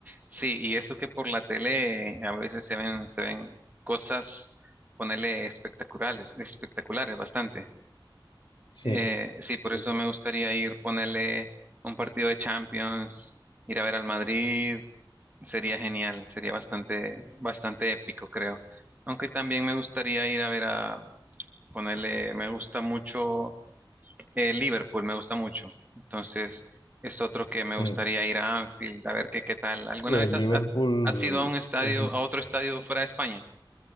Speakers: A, on the right (about 20°); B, on the left (about 65°).
A: Sí, y eso que por la tele eh, a veces se ven, se ven cosas, ponerle espectaculares, espectaculares bastante.
B: Sí,
A: Eh, sí, por
B: sí.
A: eso me gustaría ir, ponerle un partido de Champions, ir a ver al Madrid Sería genial, sería bastante, bastante épico, creo. Aunque también me gustaría ir a ver a ponerle, me gusta mucho eh, Liverpool, me gusta mucho. Entonces, es otro que me gustaría
B: Mm.
A: ir a Anfield, a ver qué, qué tal. ¿Alguna
B: Y el
A: vez has,
B: Liverpool,
A: has, Ujú. has ido a un estadio,
B: eh,
A: a otro estadio fuera de España?